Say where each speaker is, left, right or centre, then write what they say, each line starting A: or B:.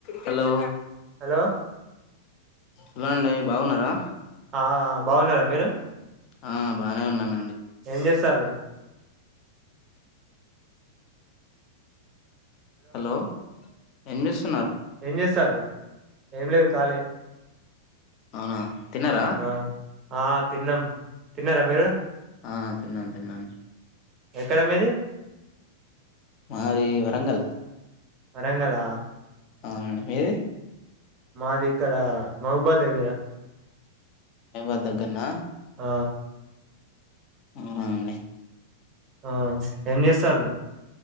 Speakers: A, on the left (about 30°); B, on the right (about 20°).
A: Hello
B: hello
A: hello అండి బాగున్నారా
B: ఆ బాగున్నారా మీరు
A: ఆ బానే ఉన్నం
B: ఏం చేస్తార్రు మీరు
A: హలో ఏం చే
B: ఏం చేస్తారు ఏం లేదు ఖాళీ
A: అవునా తిన్నారా
B: ఆ ఆ తిన్నం తిన్నారా మీరు
A: ఆ తిన్నాం తిన్నాను
B: ఎక్కడ మీది?
A: మాది వరంగల్
B: వరంగల్ ఆ?
A: అవునండి, మీది?
B: మాది ఇక్కడ మహబాద్ దగ్గర
A: <inaudible> దగ్గర నా?
B: ఆ
A: అవునండి
B: ఆ ఏం చేస్తాలు?